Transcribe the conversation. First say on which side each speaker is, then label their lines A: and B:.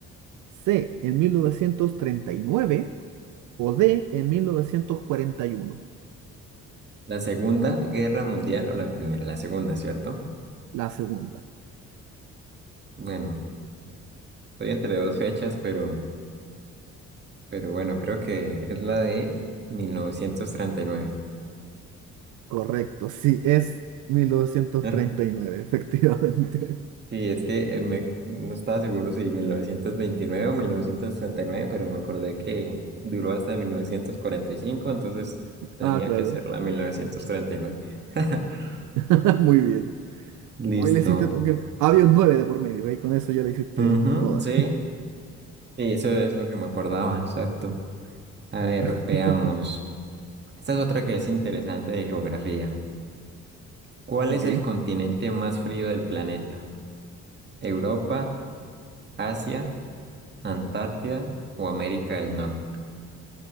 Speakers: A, on the right (about 80°); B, on the right (about 35°).
A: C, en mil novecientos treinta y nueve. o D, en 1941.
B: ¿la Segunda Guerra Mundial o la primera? La segunda, ¿cierto?
A: La segunda.
B: Bueno, estoy entre dos fechas, pero Pero bueno, creo que es la de mil novecientos treinta y nueve
A: Correcto, sí, es mil novecientos
B: <laughs>
A: treinta y nueve, efectivamente. <laughs>
B: Sí, es que eh, me, no estaba seguro si 1929 o mil novecientos treinta y nueve pero me acordé que duró hasta mil novecientos cuarenta y cinco entonces tenía
A: Ah, claro.
B: que ser la mil novecientos treinta y nueve <laughs>
A: <laughs> Muy bien.
B: Listo.
A: Hoy le hiciste... todo- Había un nueve de por medio, ¿ve? Con eso ya le hiciste
B: Ujú,
A: toda.
B: sí, sí, eso es lo que me acordaba, exacto. A ver,
A: <laughs>
B: veamos. Esta es otra que es interesante de geografía. ¿Cuál
A: Ok.
B: es el continente más frío del planeta? ¿Europa, Asia, Antártida o América del Norte.